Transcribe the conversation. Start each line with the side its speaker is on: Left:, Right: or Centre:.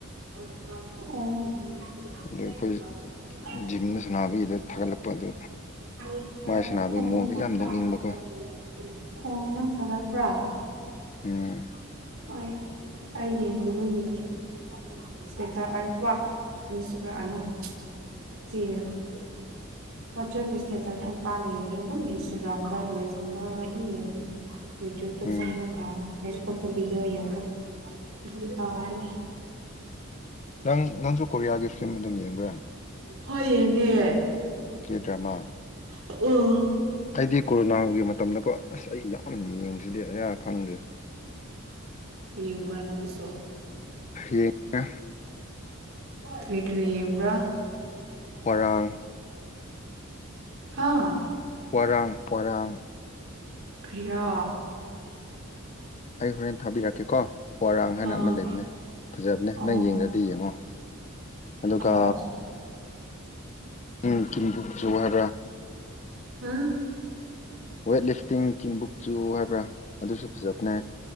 Right: ꯑꯣ <unintelligible>
Left: ꯑꯗꯨ ꯑꯩꯈꯣꯏ ꯖꯤꯝꯅ ꯁꯥꯟꯅꯕꯒꯤꯗ
Right: <unintelligible>
Left: ꯊꯥꯒꯠꯂꯛꯄ ꯑꯗꯨ
Right: ꯎꯝ
Left: ꯃꯥꯏ ꯁꯥꯟꯅꯕꯒꯤ ꯃꯑꯣꯡꯗꯣ ꯌꯥꯝ ꯅꯣꯛꯅꯤꯡꯕꯀꯣ
Right: ꯑꯣ ꯅꯪ ꯊꯒꯠꯄ꯭ꯔꯥ
Left: ꯎꯝ
Right: ꯑꯣ ꯑꯩ ꯌꯦꯡ ꯌꯦꯛꯗꯕꯒꯤꯅꯦ ꯏꯁꯇꯦꯇꯁ ꯄꯥꯛ <unintelligible> ꯀꯣꯛ ꯆꯤꯛꯑꯦ ꯋꯥꯆꯦꯞ ꯏꯁꯇꯦꯇꯁ ꯑꯩ ꯄꯥꯛ ꯌꯦꯡꯗꯦ ꯑꯗꯨꯝ ꯏꯟꯁꯇꯒ꯭ꯔꯥꯝꯗꯥ ꯔꯤꯜꯁ ꯀꯨꯝꯕ ꯑꯗꯨꯝ ꯌꯦꯡꯕꯅꯦ
Left: <unintelligible>
Right: ꯌꯨꯇ꯭ꯌꯨꯚꯇ
Left: ꯎꯝ
Right: ꯆꯪꯉꯒ ꯐꯦꯁꯕꯨꯛꯇ ꯕꯤꯗꯤꯌꯣ ꯌꯦꯡꯔꯒ ꯑꯗꯨꯝ ꯇꯧꯕꯅꯦ
Left: ꯅꯪ ꯅꯪꯁꯨ ꯀꯣꯔꯤꯌꯥꯒꯤ ꯐꯤꯂꯝ ꯑꯗꯨꯝ ꯌꯦꯡꯕ꯭ꯔꯥ
Right: ꯍꯣꯏ ꯌꯦꯡꯉꯦ
Left: ꯀꯦ ꯗ꯭ꯔꯃꯥ
Right: ꯑ
Left: ꯑꯩꯗꯤ ꯀꯣꯔꯣꯅꯥꯒꯤ ꯃꯇꯝꯗꯀꯣ ꯑꯁ ꯑꯩ ꯌꯥꯝ ꯌꯦꯡꯕꯁꯤꯗꯤ ꯑꯌꯥ ꯈꯪꯗꯦ
Right: ꯌꯦꯡꯕ꯭ꯔꯥ ꯅꯪꯁꯨ
Left: ꯌꯦꯡꯉꯦ
Right: ꯀ꯭ꯔꯤ ꯀ꯭ꯔꯤ ꯌꯦꯡꯕ꯭ꯔꯥ
Left: ꯍ꯭ꯣꯋꯔꯥꯡ
Right: ꯍꯥ
Left: ꯍ꯭ꯋꯥꯔꯥꯡ ꯍ꯭ꯋꯥꯔꯥꯡ
Right: ꯀꯔꯤꯔꯥ
Left: ꯑꯩ ꯍꯣꯔꯦꯟ ꯊꯥꯕꯤꯔꯛꯀꯦꯀꯣ ꯍ꯭ꯋꯥꯔꯥꯡ ꯍꯥꯏꯅ
Right: ꯑꯥ
Left: ꯑꯃ ꯂꯩꯕꯅꯦ ꯐꯖꯕꯅꯦ
Right: ꯑꯣ
Left: ꯅꯪ ꯌꯦꯡꯗꯔ
Right: ꯑꯣ
Left: ꯗꯤ ꯌꯦꯡꯉꯣ ꯑꯗꯨꯒ
Right: ꯑꯣ
Left: ꯎꯝ ꯀꯤꯝ ꯕꯣꯛ ꯆꯨ ꯍꯥꯏꯕ꯭ꯔ
Right: ꯍꯥ
Left: ꯋꯦꯠ ꯂꯤꯐꯇꯤꯡ ꯀꯤꯝ ꯕꯨꯛꯆꯨ ꯍꯥꯏ ꯭ꯕ꯭ꯔꯥ ꯑꯗꯨꯁꯨ ꯐꯖꯕꯅꯦ